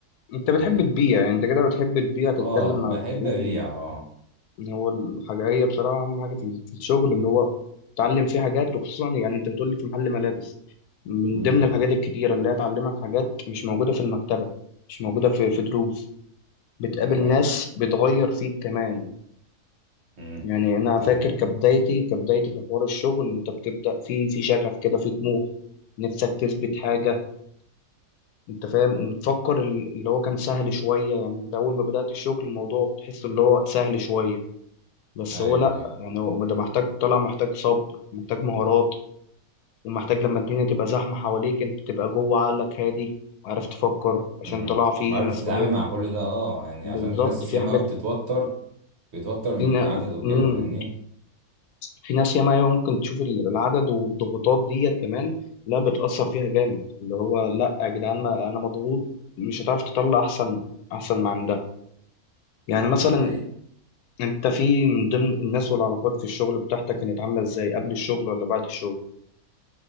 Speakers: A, on the left; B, on the right.
A: انت
B: و
A: بتحب تبيع يعني انت كده بتحب تبيع تتكلم
B: اه
A: مع
B: بحب
A: الزبون
B: ابيع اه
A: ان هو الحاجة هي بصراحة اهم حاجة في في الشغل اللي هو تتعلم فيه حاجات وخصوصا يعني انت بتقول لي في محل ملابس من
B: امم
A: ضمن الحاجات الكتيرة اللي هي تعلمك حاجات مش موجودة في المكتبة مش موجودة في في دروس بتقابل
B: ده حقيقة
A: ناس بتغير فيك كمان
B: امم
A: يعني انا
B: ده
A: فاكر
B: حقيقة
A: كبدايتي كبدايتي في حوار الشغل انت بتبدا في في شغف كده في طموح نفسك تثبت حاجه انت فاهم وبتفكر ال- اللي هو كان سهل شويه يعني انت اول ما بدات الشغل الموضوع تحس اللي هو سهل شويه بس
B: ايوه
A: هو لا
B: ايوه
A: يعني هو ده محتاج طلع محتاج صبر محتاج مهارات ومحتاج لما الدنيا تبقى زحمه حواليك انت تبقى جوه عقلك هادي عارف تفكر عشان
B: امم
A: طلع في
B: وعارف
A: مسؤوليات
B: تتعامل مع كل ده اه يعني
A: بالظبط
B: عشان في ناس
A: في
B: ياما
A: حاجات
B: قوي بتتوتر بتتوتر من
A: فينا
B: العدد وكده
A: مم.
B: فاهمني
A: في ناس ياما أيوة ممكن تشوف ال- العدد والضغوطات ديت كمان لا بتأثر فيها جامد اللي هو لا يا جدعان ما أنا مضغوط مش هتعرف تطلع أحسن أحسن ما عندها يعني مثلا
B: ده حقيقة
A: أنت في من ضمن الناس والعلاقات في الشغل بتاعتك كانت عاملة إزاي قبل الشغل ولا بعد الشغل